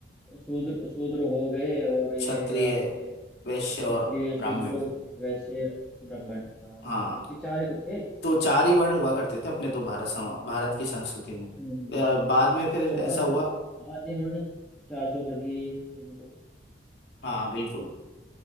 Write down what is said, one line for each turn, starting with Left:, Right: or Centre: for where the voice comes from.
Centre: शूद्र शूद्र हो गए और ये
Left: क्षत्रिय
Centre: आपके
Left: वैश्य
Centre: क्षत्रिय
Left: और
Centre: शूद्र
Left: ब्राह्मण
Centre: वैश्य ब्राह्मण हाँ
Left: हाँ
Centre: बिल्कुल बस ये चार ही तो थे
Left: तो चार ही वर्ण हुआ करते थे अपने तो भारत समा भारत की संस्कृति में अ,
Centre: हम्म हम्म।
Left: बाद में फिर
Centre: और
Left: ऐसा
Centre: आज
Left: हुआ
Centre: आज इन्होंने चार सौ कर दिए ये इनको
Left: हाँ बिल्कुल